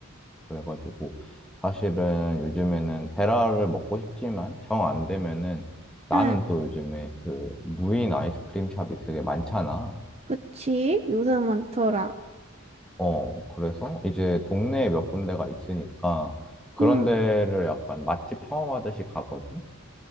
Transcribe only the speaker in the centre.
그래가지고 사실은 요즘에는 베라를 먹고 싶지만 정 안 되면은 나는
또 요즘에 그 무인 아이스크림 샵이 되게 많잖아.
어, 그래서 이제 동네에 몇 군데가 있으니까 그런
데를 약간 맛집 탐험하듯이 가거든?